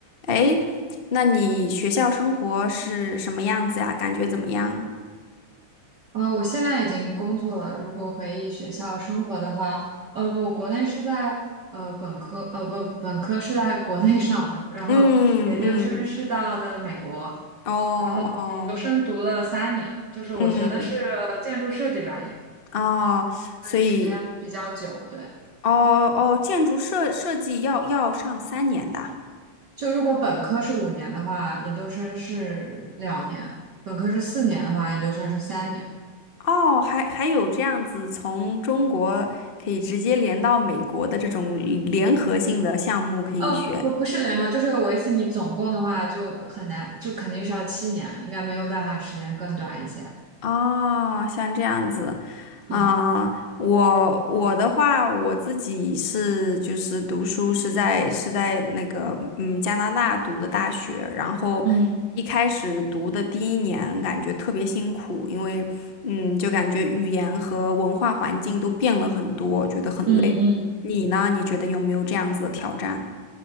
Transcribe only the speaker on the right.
嗯，我现在已经工作了。如果回忆学校生活的话，呃，我国内是在呃本科，呃不，本科是在国内上的，然后研究生是到的美国，
然后研究生读了三年，
就是我学的是呃建筑设计专业，
所以时间比较久。对，
就如果本科是五年的话，研究生是两年；本科是四年的话，研究生是三年。
哦，不不是零号，就是我意思，你总共的话就很难，就肯定是要七年，应该没有办法时间更短一些。
嗯
嗯
嗯嗯，